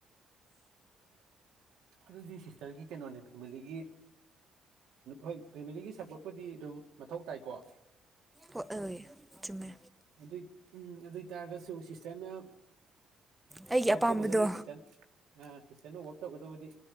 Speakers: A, on the right; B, in the centre.
A: ꯑꯗꯨꯗꯤ ꯁꯤꯁꯇꯔꯒꯤ ꯀꯩꯅꯣꯅꯦ ꯐꯦꯃꯤꯂꯤꯒꯤ ꯍꯣꯏ ꯐꯦꯃꯤꯂꯤꯒꯤ ꯁꯞꯄꯣꯔꯠꯄꯨꯗꯤ ꯑꯗꯨꯝ ꯃꯊꯧ ꯇꯥꯏꯀꯣ
B: ꯍꯣꯢ ꯑꯣꯏ ꯆꯨꯝꯃꯦ
A: ꯑꯗꯨꯏ ꯎꯝ ꯑꯗꯨꯏ ꯇꯥꯔꯒꯁꯨ ꯁꯤꯁꯇꯔꯅ
B: ꯑꯩꯒꯤ
A: ꯋꯥꯛ
B: ꯑꯄꯥꯝꯕꯗꯣ
A: ꯇꯧꯒꯗꯕꯥ ꯁꯦꯁꯟ ꯑ ꯁꯤꯁꯇꯔꯅ ꯋꯥꯛ ꯇꯧꯒꯗꯕꯗꯤ